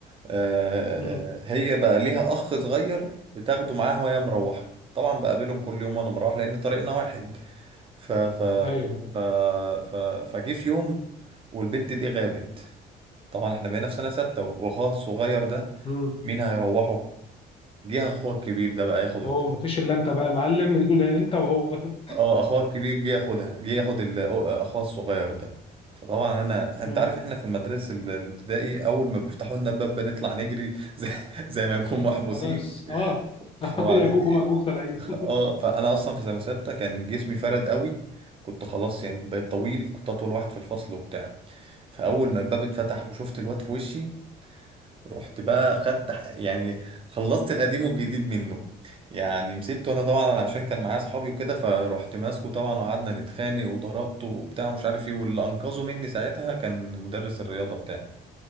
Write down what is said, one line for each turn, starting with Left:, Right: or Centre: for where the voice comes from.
Right: آه،
Left: مم.
Right: هي بقى ليها اخ صغير بتاخده معاها وهي مروحه طبعا بقابلهم كل يوم وانا مروح لان طريقنا واحد ف ف
Left: ايوه
Right: ف ف فجه في يوم والبنت دي غابت طبعا احنا بقينا في سنه سته واخوها الصغير ده
Left: مم.
Right: مين هيروحه جه اخوها الكبير ده بقى ياخد
Left: هو ما فيش الا انت بقى يا معلم <laughs> إلا انت وهو <laughs>
Right: اه اخوها الكبير جه ياخدها جه ياخد ال- اخوها الصغير ده فطبعا انا انت
Left: مم.
Right: عارف احنا في المدرسه ال- الابتدائي اول ما بيفتحوا لنا الباب بنطلع نجري <laughs> زي, زي ما نكون محبوسين
Left: خلاص اه <laughs>
Right: فبعدين
Left: يا جوج
Right: ايه
Left: وماجوج طالعين
Right: اه فانا اصلا في سنه سته كان جسمي فرد قوي كنت خلاص يعني بقيت طويل كنت اطول واحد في الفصل وبتاع فاول ما الباب اتفتح وشفت الواد في وشي رحت بقى خدت ح- يعني خلصت القديم والجديد منه يعني مسكته انا طبعا عشان كان معايا اصحابي وكده فروحت ماسكه طبعا وقعدنا نتخانق وضربته وبتاع ومش عارف ايه واللي انقذه مني ساعتها كان مدرس الرياضه بتاعي